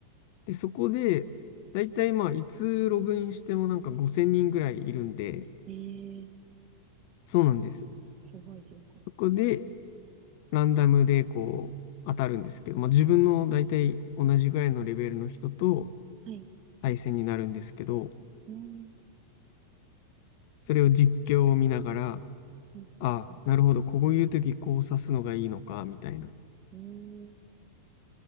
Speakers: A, on the left; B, on the right.
A: で、そこで、だいたいまあ、いつログインしてもなんか5000人ぐらいいるんで、
B: ええ
A: そうなんですよ。
B: すごい人口です。
A: そこで、ランダムでこう、当たるんですけど、まあ、自分のだいたい同じぐらいのレベルの人と
B: はい。
A: 対戦になるんですけど、
B: うーん、
A: それを実況を見ながら、
B: うん、
A: ああ、
B: うん、うん。
A: なるほど、こういう時こう指すのがいいのか、みたいな
B: うーん。